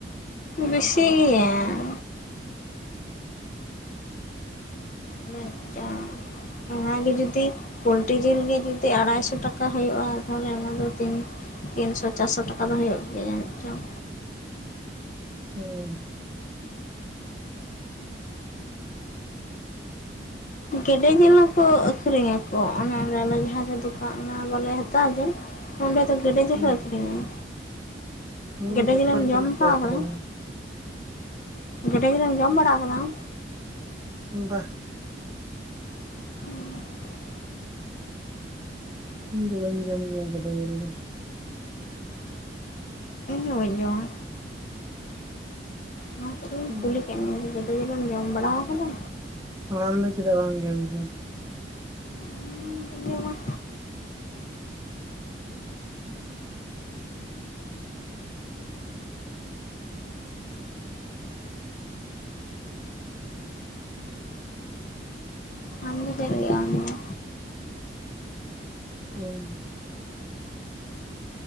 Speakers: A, on the left; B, on the right.
A: ᱵᱮᱥᱤ ᱜᱮᱭᱟ ᱾ ᱡᱟᱹᱱᱤᱡ ᱪᱚᱝ ᱱᱚᱣᱟ ᱜᱮ ᱡᱩᱫᱤ ᱯᱳᱞᱴᱨᱤ ᱡᱤᱞ ᱜᱮ ᱡᱩᱫᱤ ᱟᱨᱟᱭᱥᱚ ᱴᱟᱠᱟ ᱦᱩᱭᱩᱜᱼᱟ ᱛᱟᱦᱚᱞᱮ ᱚᱱᱟ ᱫᱚ ᱛᱤᱱ ᱛᱤᱱᱥᱚ ᱪᱟᱨᱥᱚ ᱴᱟᱠᱟ ᱫᱚ ᱦᱩᱭᱩᱜ ᱜᱮᱭᱟ ᱡᱟᱹᱱᱤᱡ ᱪᱚᱝ᱾
B: ᱦᱩᱸ᱾
A: ᱜᱮᱰᱮ ᱡᱮᱞ ᱦᱚᱸᱠᱚ ᱟᱹᱠᱷᱨᱤᱧᱟᱠᱚ ᱚᱱᱟ ᱨᱮ ᱟᱞᱮ ᱡᱟᱦᱟᱸᱨᱮ ᱫᱚᱠᱟ ᱚᱱᱟ ᱵᱟᱞᱮ ᱦᱟᱛᱟᱣᱟ ᱡᱮ ᱚᱸᱰᱮ ᱫᱚ ᱜᱮᱰᱮ ᱡᱤᱞ
B: ᱦᱩᱸ
A: ᱦᱚᱸ ᱟᱹᱠᱷᱨᱤᱧᱟᱭ᱾
B: ᱦᱩᱸ
A: ᱜᱮᱰᱮ
B: ᱡᱷᱚᱛᱚ
A: ᱡᱤᱞ ᱮᱢ ᱡᱚᱢ
B: ᱠᱚ
A: ᱵᱟᱣ
B: ᱟᱹᱠᱷᱨᱤᱧᱟ
A: ᱟᱠᱟᱫᱟ ᱜᱮᱰᱮ ᱡᱤᱞ ᱮᱢ ᱡᱚᱢ ᱵᱟᱲᱟᱣ ᱟᱠᱟᱫᱟᱢ?
B: ᱵᱟᱦ᱾
A: ᱦᱩᱸ᱾
B: ᱤᱧ ᱫᱚ ᱵᱟᱹᱧ ᱡᱚᱢ ᱜᱤᱭᱟ ᱜᱮᱰᱮ ᱡᱤᱞ ᱫᱚ ᱾
A: ᱤᱧ ᱦᱚᱸ ᱵᱟᱹᱧ ᱡᱚᱢᱟ ᱚᱱᱟ ᱛᱮ ᱜᱮᱧ
B: ᱦᱩᱸ
A: ᱠᱩᱞᱤ ᱠᱮᱫ ᱢᱮᱭᱟ ᱵᱩᱡᱷᱟᱹᱣ ᱾ ᱛᱟᱹᱣ ᱨᱮᱦᱚᱸᱢ ᱡᱚᱢ ᱵᱟᱲᱟ ᱟᱠᱟᱫᱟ?
B: ᱟᱨ ᱟᱢ ᱫᱚ ᱪᱮᱫᱟᱜ ᱵᱟᱢ ᱡᱚᱢ ᱜᱮᱭᱟ?
A: ᱵᱟᱹᱧ ᱡᱚᱢᱟ᱾ ᱟᱢ ᱫᱚ ᱪᱮᱫ ᱞᱟᱹᱜᱤᱫ ᱵᱟᱢ ᱡᱚᱢᱟ?
B: ᱦᱩᱸ᱾